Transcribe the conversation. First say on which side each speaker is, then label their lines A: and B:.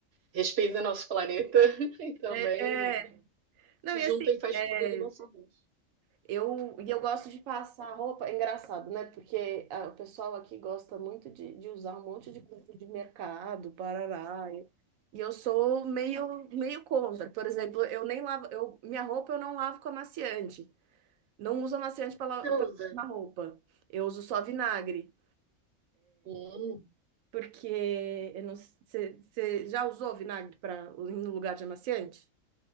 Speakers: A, on the right (about 60°); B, on the right (about 85°).
A: respeita o nosso planeta <laughs> e também
B: É, é. Não,
A: te
B: e
A: junta
B: assim,
A: e faz
B: é,
A: tudo de uma só vez.
B: eu, e eu gosto de passar roupa, é engraçado, né? Porque ah, o pessoal aqui gosta muito de, de usar um monte de coisa de mercado, parará. E e eu sou meio, meio contra. Por exemplo, eu nem lavo, eu, minha roupa eu não lavo com amaciante. Não uso amaciante para
A: Você
B: lavar
A: usa.
B: roupa. Eu uso só vinagre.
A: Hum.
B: Porque eu não, sei- você você já usou vinagre para no lugar de amaciante?